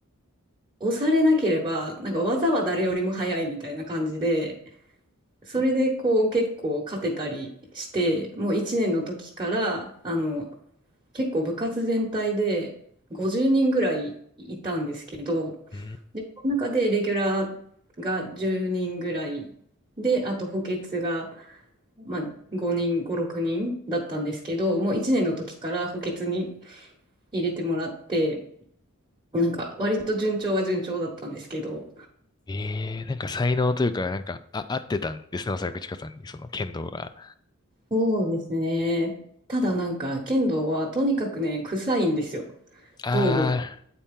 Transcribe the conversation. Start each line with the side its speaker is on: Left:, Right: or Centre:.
Right: 押されなければ、なんか技は誰よりも早いみたいな感じで、それでこう結構勝てたりして、もう1年の時から、あの、結構部活全体で50人ぐらいいたんですけど、
Left: うん。うん
Right: で、その中でレギュラーが10人ぐらいで、あと補欠が、まあ、5人、5、6人だったんですけど、もう1年の時から補欠に入れてもらって、なんか割と順調は順調だったんですけど、
Left: ええー、なんか才能というか、なんか、あ、合ってたんですね、おそらくちかさんに、その剣道が。
Right: そうですね。ただなんか、剣道はとにかくね、臭いんですよ。
Left: あ
Right: 防具が。